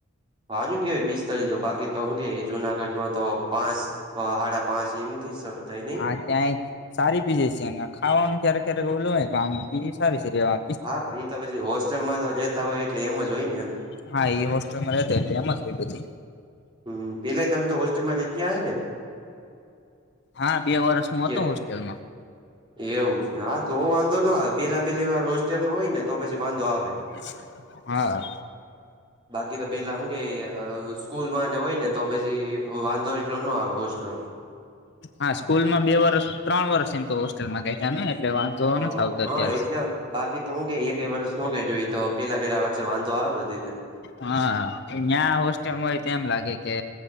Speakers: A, on the right; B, on the left.
A: સારુ કેવાય પિસ્તાલીસો બાકી તો શું કે જુનાગઢમાં તો પાંચ સાડા પાંચ એમ થી શરૂ થાય નઈ
B: હા ક્યાંય સારી પીજી છે ખાવાનું ક્યારેક ક્યારેક ઓલું હોય પણ આમ પીજી સારી છે રહેવા માટે
A: હા પછી તો પછી હોસ્ટેલમાં તો રેતા હોય એટલે એમ જ હોય ને એમ
B: હા એ હોસ્ટેલ માં રહેતા હોય એટલે એમ જ હોય બધે
A: હમ પેલાય તમે તો હોસ્ટેલમાં રહી ગયા હોય ને
B: હા બે વર્ષ હું હતો
A: કે
B: હોસ્ટેલમાં
A: એવું છે હા તો વાંધો નો આવે પેલા પેલી વાર હોસ્ટેલમાં હોય ને તો પછી વાંધો આવે
B: <unintelligible> હા
A: બાકી તો પેલા શું કે અ સ્કૂલમાં ને હોય ને તો પછી વાંધો એટલો નો આવે હોસ્ટલ માં
B: હા સ્કૂલમાં બે વર્ષ ત્રણ વર્ષ એમ તો હોસ્ટેલમાં કાઢ્યાને એટલે વાંધો વાંધો
A: હ
B: નથ આવતો અત્યારે
A: હા એટલે બાકી તો હું કે એકય વર્ષનો કે જોઈ તો પેલા પેલા વચ્ચે વાંધો આવે બધાને
B: હા ન્યા હોસ્ટેલમાં હોય તો એમ લાગે કે